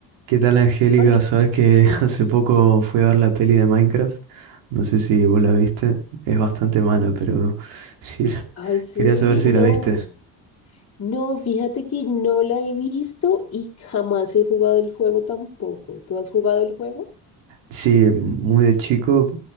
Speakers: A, on the right; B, on the left.
A: ¿Qué tal, Angélica?
B: Ol-
A: Sabes que
B: <sighs> <laughs>
A: <laughs> hace poco fui a ver la peli de Minecraft. No sé si vos la viste. Es bastante mala, pero <laughs> sí.
B: Ay, sí,
A: Quería saber si
B: no,
A: la viste.
B: no, fíjate que no la he visto y jamás he jugado el juego tampoco. ¿Tú has jugado el juego?
A: Sí, muy de chico,